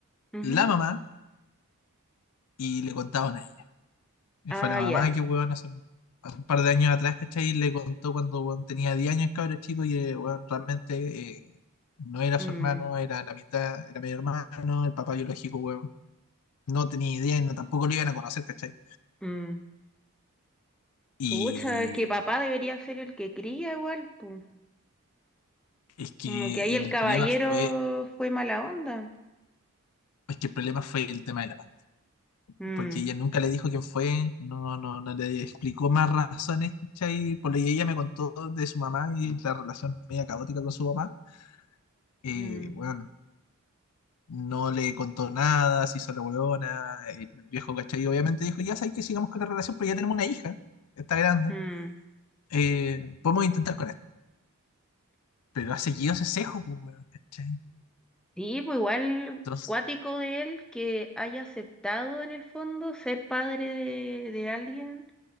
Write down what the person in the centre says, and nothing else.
Ujú.
Ah,
ya.
Mm,
mm.
Pucha, es que papá debería ser el que cría igual, pu.
Como que ahí el
caballero
fue mala onda.
Mm,
mm,
mm.
Sí, pues igual
cuático de él que haya aceptado en el fondo ser padre de, de alguien,